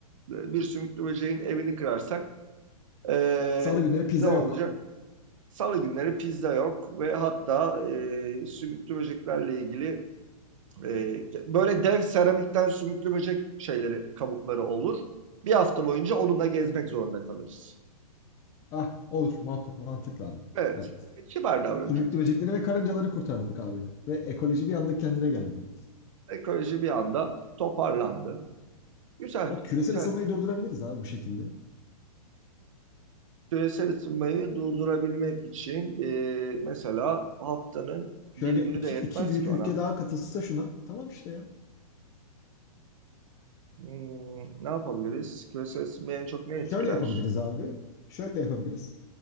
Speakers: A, on the right; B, on the left.
A: e, bir sümüklü böceğin evini kırarsak e,
B: Salı günleri pizza
A: ne olacak?
B: yok.
A: Salı günleri pizza yok ve hatta e, sümüklü böceklerle ilgili e, böyle dev seramikten sümüklü böcek şeyleri, kabukları olur. Bir hafta boyunca onunla gezmek zorunda kalırız.
B: Ah olur makul mantıklı abi.
A: Evet,
B: Evet.
A: kibar davranacağız.
B: Bak sümüklü böcekleri ve karıncaları kurtardık abi. Ve ekoloji bir anda kendine geldi.
A: Ekoloji bir anda toparlandı. Güzel,
B: O küresel
A: güzel.
B: ısınmayı durdurabiliriz abi bu şekilde.
A: Küresel ısınmayı durdurabilmek için e, mesela haftanın
B: Şöyle
A: bir günü
B: iki,
A: de yetmez
B: iki büyük
A: ki
B: ülke
A: ona.
B: daha katılsa şuna. Tamam işte ya.
A: Hmm, ne yapabiliriz? Küresel ısınmayı en çok ne etkiler?
B: Şöyle yapabiliriz abi. Şöyle yapabiliriz.